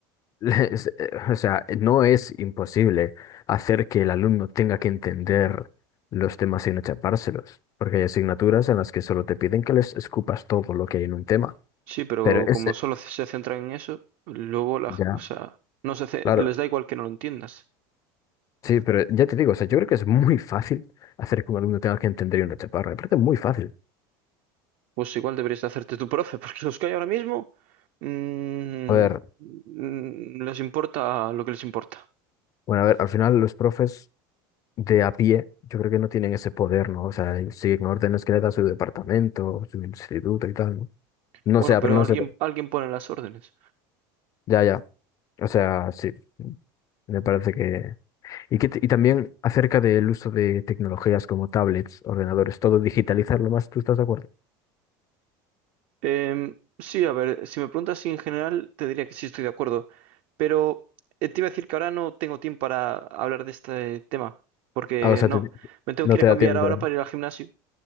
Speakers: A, on the left; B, on the right.
A: <laughs> es- eh, o sea, no es imposible hacer que el alumno tenga que entender los temas sin achapárselos, porque hay asignaturas en las que solo te piden que les escupas todo lo que hay en un tema.
B: Sí, pero
A: Pero es,
B: como
A: eh,
B: solo se centran en eso, luego la,
A: ya,
B: o sea, no se, ce-
A: claro,
B: les da igual que no lo entiendas.
A: sí, pero ya te digo, o sea, yo creo que es muy fácil hacer que un alumno tenga que entender y no achaparra. Me parece muy fácil.
B: Pues igual deberías de hacerte tu profe, <laughs> porque los que hay ahora mismo mm,
A: A ver,
B: mm, les importa lo que les importa.
A: bueno, a ver, al final los profes. de a pie, yo creo que no tienen ese poder, ¿no? O sea, ellos siguen órdenes que le da su departamento, su instituto y tal, ¿no? No
B: Bueno,
A: sé,
B: pero
A: pero no
B: alguien,
A: sé.
B: alguien pone las órdenes.
A: Ya, ya. O sea, sí, me parece que... Y, que t- y también acerca del uso de tecnologías como tablets, ordenadores, todo digitalizarlo más, ¿tú estás de acuerdo?
B: Em, sí, a ver, si me preguntas si en general, te diría que sí estoy de acuerdo, pero eh, te iba a decir que ahora no tengo tiempo para hablar de este tema, porque
A: Ah, o sea,
B: no,
A: te-
B: me tengo
A: no
B: que
A: te
B: ir a cambiar
A: da tiempo.
B: ahora
A: ¿verdad?
B: para ir al gimnasio.